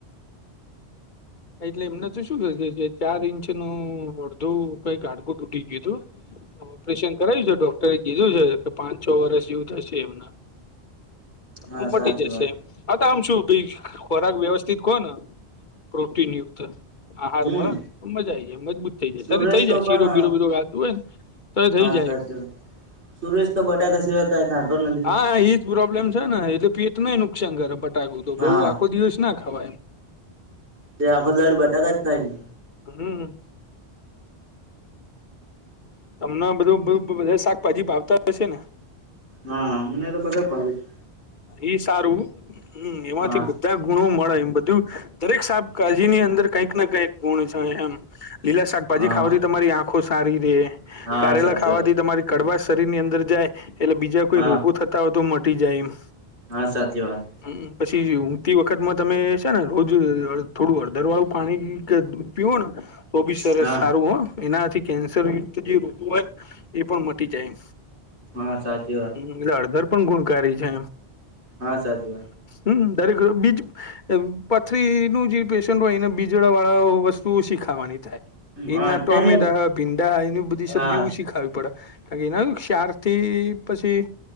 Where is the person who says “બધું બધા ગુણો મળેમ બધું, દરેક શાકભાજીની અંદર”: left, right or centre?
Left